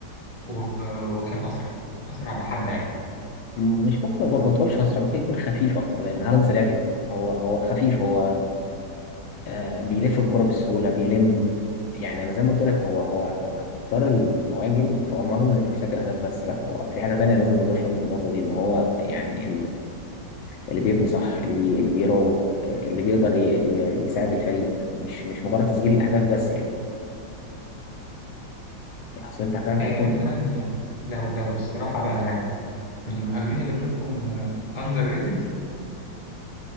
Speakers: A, on the left; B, on the left.
A: و- وكان أسرع أسرع بحبة يعني
B: م- مش ممكن يكون ما تقولش اسرع ممكن يكون خفيف اكتر لان هالاند سريع جدا هو هو خفيف هو آه بيلف الكوره بسهوله بيلم يعني انا زي ما قلت لك هو هو لو هتختار المهاجم فهو المهاجم اللي مش بيسجل اهداف بس لا هو في حاجه تانية لازم نضيفها في النقطه دي ان هو يعني اللي بيبني صح اللي بي... اللي بيراوغ آه، اللي بيقدر ي... ي... يساعد الفريق مش مش مجرد تسجيل الاهداف بس يعني يعني اصل انت فاهم
A: آه
B: هيكون
A: مثلا لو لو بصراحة بقى يعني من المهاجمين اللي بشوفهم أندر ريتد